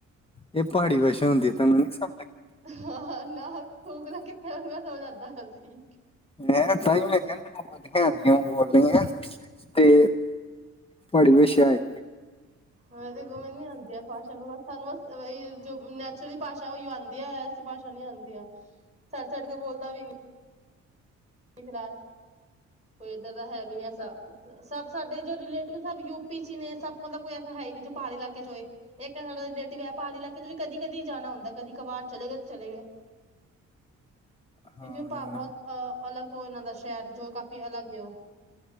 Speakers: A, on the left; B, on the right.
A: ਇਹ ਪਹਾੜੀ ਭਾਸ਼ਾ ਹੁੰਦੀ ਹੈ ਤਾਂਨੁ ਨੀ ਸਮ
B: ਹਾਂ-ਹਾਂ, ਨਾ ਸੋਕਣਾ ਕਿੱਥੇ ਮੈਂ ਸੋ ਜਾਂਦਾ। ਨਾਲ ਸੀ
A: ਮੈਂ ਤਾਂਹੀ ਲੈਂਗ ਮੈਨੂੰ ਬੋਦੀ ਆਉਂਦੀਆਂ ਬੋਲੀਆਂ ਤੇ ਤੁੀ ਵਾਸ਼ਿਆ ਆਈ
B: ਹੰ, ਤੇ ਗੁੰਮਣ ਨੀ ਆਉਂਦੀ ਆ ਭਾਸ਼ਾ ਸਾਨ ਬਸ ਜੋ ਨੈਚੁਰਲੀ ਭਾਸ਼ਾ ਉਹੀ ਆਉਂਦੀ ਐ, ਐਸੀ ਭਾਸ਼ਾ ਨਹੀਂ ਆਂਦੀ ਐ ਛੱਡ-ਛੱਡ ਕੇ ਬੋਲਦਾ ਵੀ ਨੀ ਫਿਲਹਾਲ। ਕੋਈ ਇੱਧਰ ਦਾ ਹੈ ਵੀ ਨੀ, ਸਭ ਸਾਡੇ ਜੋ ਰਿਲੇਟਿਵ ਸਭ ਯੂ ਪ ਪਿੱਛੇ ਨੇ, ਸਭ ਮਤਲਬ ਕੋਈ ਐਸਾ ਹੈ ਨ ਨਹੀਂ ਪਹਾੜੀ ਇਲਾਕੇ ਚ ਹੋਏ ਇੱਕ ਸਾਡਾ ਡੇਟੀ ਐਪ ਪਹਾੜੀ ਇਲਾਕੇ ਤੋਂ ਵੀ ਕਦੀ- ਕਦੀ ਜਾਣਾ ਹੁੰਦਾ। ਕਦੀ ਕਬਾਰ, ਚਲੇ ਗਏ ਤਾਂ ਚਲੇ ਗਏ। ਕਿਉਂਕਿ
A: ਹਾਂ
B: ਭਾ
A: ਇਹ
B: ਬਹੁਤ
A: ਨਾ
B: ਅਹ <inaudible> ਸ਼ਹਿਰ ਤੋਂ ਕਾਫੀ ਅਲੱਗ ਹੈ, ਉਹ।